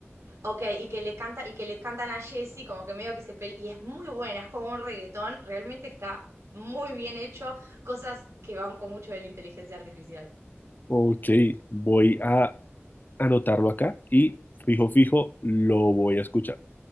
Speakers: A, on the right (about 85°); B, on the left (about 45°).
A: Ok, y que le canta, y que le cantan a Jessie, como que medio que se pelea. Y es muy buena, es como un reggaetón, realmente está muy bien hecho, cosas que van con mucho de la inteligencia artificial.
B: Ok, voy a anotarlo acá y fijo, fijo, lo voy a escuchar.